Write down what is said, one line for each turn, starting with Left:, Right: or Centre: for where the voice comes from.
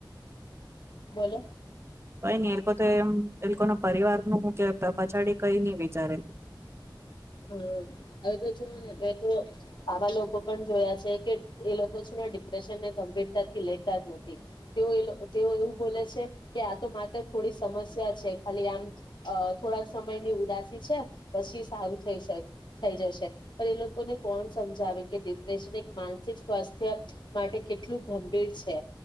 Left: બોલો
Right: કઈ નઈ એ લોકો તો એમ એ લોકો ના પરિવાર નુ કે પછાડી કઈ નહી વિચારે
Left: હ હવે તો જોને તો આવા લોકો પણ જોયા છે કે એ લોકો છે ને ડિપ્રેશનને ગંભીરતાથી લેતા જ નથી તેઓ તેઓ એવું બોલે છે કે આ તો માત્ર થોડી સમસ્યા છે ખાલી આમ થોડાક સમયની ઉદાસી છે પછી સારું થઈ જશે પણ એ લોકોને કોણ સમજાવે કે ડિપ્રેશન એક માનસિક સ્વાસ્થ્ય માટે કેટલું ગંભીર છે